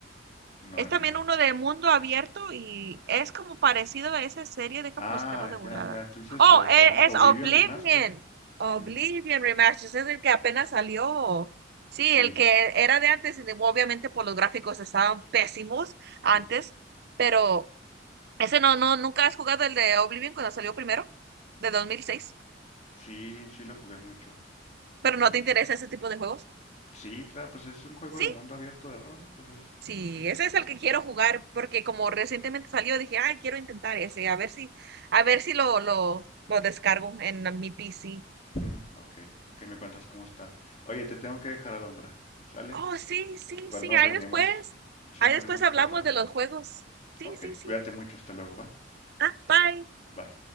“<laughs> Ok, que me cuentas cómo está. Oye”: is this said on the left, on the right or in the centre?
Left